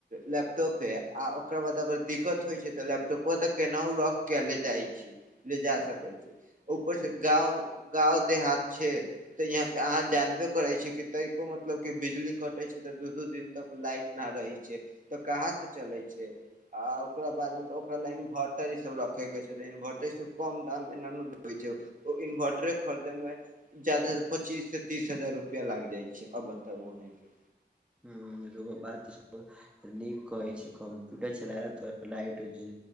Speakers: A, on the right; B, in the centre.
A: लैपटॉपे आ ओकरा बाद अगर दिक्कत होइ छै त, लैपटॉपवा त केनाहु रख के ले जाय छी। ले जा सकै छि, ऊपरसँ गाँव-गाँव देहात छै तऽ यहाँ पे अहाँ जानबे करै छीयै कि तोइकको मत मतलब कि बिजली कटै छै तऽ दू-दू दिन तक लाइट न रहै छै तऽ कहाँ से चले छै। आ ओकरा बाद मे ओकरा ल इन्वर्टर इ सब रखै के छै, इन्वर्टर सब कम दाम मे न नऽ दै छै। ओ इन्वर्टरे खरीदे में जयादा स पच्चीस संब तीस हजार रुपआ लागि जाइ छै अब बता तब वहैं के
B: हम्म रउवा बाद त सब नीक कहै छै, कम्प्यूटर चलाए त लाइट ज